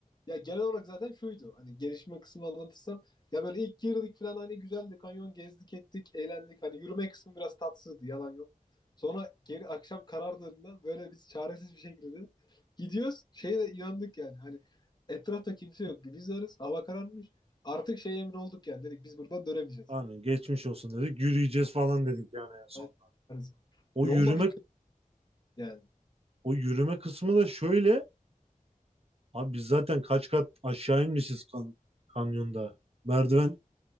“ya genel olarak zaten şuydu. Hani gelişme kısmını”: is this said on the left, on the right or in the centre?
Left